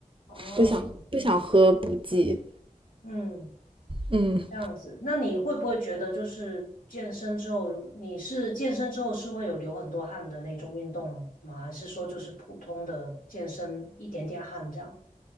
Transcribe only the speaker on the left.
哦，
嗯。
这样子，那你会不会觉得就是健身之后，你是健身之后是会有流很多汗的那种运动吗？还是说就是普通的健身一点点汗这样？